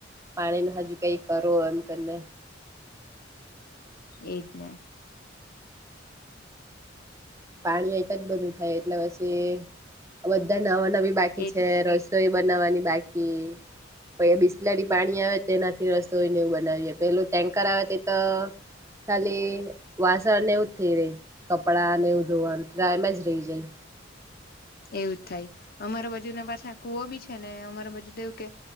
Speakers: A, on the right; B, on the left.
A: પાણી ન હજુ કઈ કરો એમ કરીને.
B: એજ ને.
A: પાણી એતા જ બધું થાય એટલે પછી બધા નવા નવી બાકી
B: એજ
A: છે રસ તોય બનાવાની બાકી. પછી બિસ્લાડી પાણી આવે તેનાથી રસોઈને એવું બનાવીએે પેલું ટેન્કર આવે તે તો ખાલી વાસણને એવુંજ થઈ, રહી કપડાંને એવું ધોવાનું આમેજ રહી જાય.
B: એવું જ થાય, અમારા બાજુ ને પાછા કુવો બી છે ને અમારી બાજુ તોવું કે